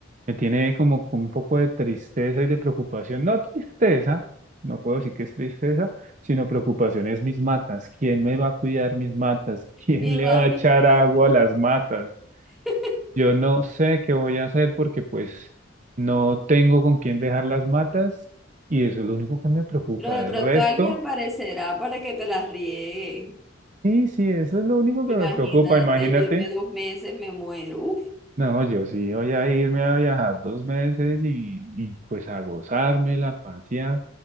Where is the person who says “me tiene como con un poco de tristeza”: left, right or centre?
Right